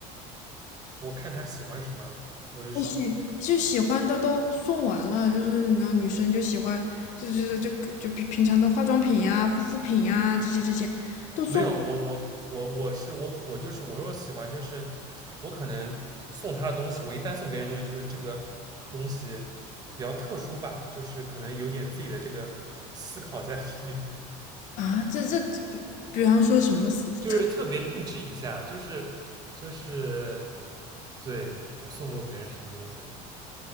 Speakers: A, on the right; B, on the left.
A: 我看他喜欢什么，我就是
B: 我喜就喜欢的都送完了，就是然后女生就喜欢，就就就就就比平常的化妆品呀、护肤品呀这些这些都送
A: 没有，我我我我是我我就是我说喜欢就是我可能送他的东西，我一般送别人的东西就是这个东西比较特殊吧，就是可能有点自己的这个思考在里面，
B: 啊，这这比比方说什么特
A: 就是特别定制一下，就是就是对我送过别人什么东西啊，